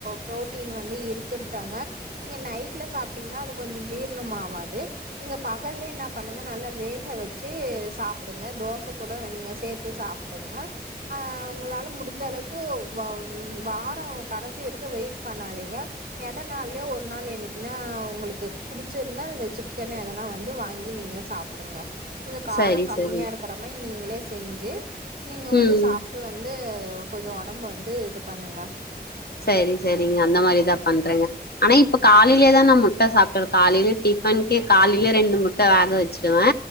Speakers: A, on the right (about 55°); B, on the left (about 65°).
A: பு்ரோட்டீன் வந்து இருக்குன்றாங்க நீங்க நைட்ல சாப்டீங்கன்னா அது கொஞ்சொ ஜீரன்னெ ஆகாது நீங்க பகல்லே என்ன பண்ணுங்க நல்லா வேக வெச்சு சாப்டுங்க தோச கூட நீங்க சேர்த்து சாப் டுங்க அ உங்களால முடிஞ்ச அளவுக்கு வ்வ வார கடைசி வரைக்கூ வெயிட் பண்ணாதீங்க எட நாள்லயே ஒரு நாள் என்னைக்குனா உங்களுக்கு புடிச்சிருந்தா இந்த சிக்கனு எதனா வந்து வாங்கி நீங்க சாப் பிடுங்க இப்ப தெ காரோ
B: சரி,
A: கம்மியா
B: சரி.
A: இருக்கிற மாரி நீங்களே செஞ்சு நீங்க வந்து
B: ம்.
A: விட்டு வந்து கொஞ்சொ ஒடம்பு வந்து இது பண்ணுங்க
B: சரி செரிங்க அந்தமாரி தா பண்றங்க ஆனா இப்ப காலையிலே தா நா முட்ட சாப்டுக்குறே காலய்லே டிஃபனுக்கே காலையிலே ரெண்டு முட்ட வேக வச்சிடுவே